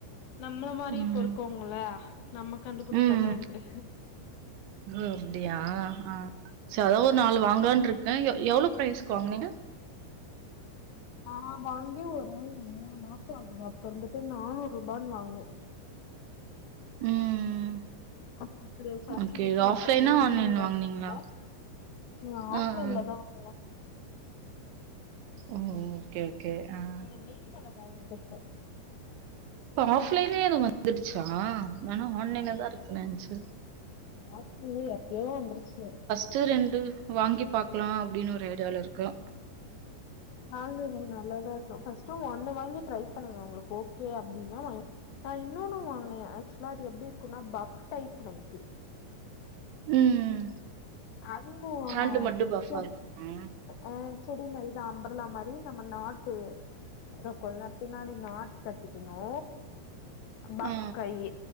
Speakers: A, on the left (about 75°); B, on the right (about 80°).
A: நம்மள மாரி
B: ம்.
A: இப்ப இருக்கோங்கள நம்ம கண்டுபுடிச்சாதா
B: ம்.
A: உண்டு
B: ஓ அப்டியா ஆ சோ அதோ ஒரு நாலு வாங்கலான்ட்டுருக்கேன் எ எவ்வளோ பிரைஸ்க்கு வாங்குனீங்க
A: நா வாங்கி ஒரு மூணு மாசொம் ஆகுது அப்ப இருந்துட்டு நானூறு ரூபான்னு வாங்குனே
B: ம் ம்
A: அப்ப <unintelligible> ஃபஸ்ட்டு
B: ஓகே. இது ஆஃப்லைனா,
A: அப்ப ட்ரெண்டிங்ல
B: ஆன்லைன்ல வாங்குனீங்களா?
A: இருக்குலே நா ஆஃப்லைன்ல
B: ஆ, ஆ.
A: தா வாங்குனே
B: ம் ம் கே ஓகே ஆஹ்
A: நீங்க மீஷோல பாருங்க இருக்கு
B: இப்ப ஆஃப்லைன்லயு அது வந்துருச்சா நா இன்னு ஆன்லைன்ல
A: ஆ
B: தா இருக்கன்னு நெனச்சே
A: ஆஃப்லைன்ல எப்பயோ வந்துருச்சு
B: சோ ரெண்டு வாங்கிப் பாக்க்கலா அப்டின்னு ஒரு ஐடியாவில இருக்கே
A: வாங்குங்க நல்லா தா இருக்கு ஃபர்ஸ்ட்டு ஒண்ணு வாங்கி ட்ரை பண்ணுங்க உங்களுக்கு ஓகே அப்டின்னா வாங்க் நா இன்னொன்னு வாங்கினே ஆக்சுவலா அது எப்பிடி இருக்குனா பஃப் டைப் நைட்டி
B: ம்
A: அதுவு
B: ஹேண்டு மட்டும் பஃபா
A: சொ
B: இருக்குமா?
A: அஹ் செரிம்மா இது அம்ப்ரெல்லா மாரி நம்ம நாட்டு ரோ <unintelligible> பின்னாடி நாட் கட்டிக்கணு பஃப்
B: ஆ.
A: கையி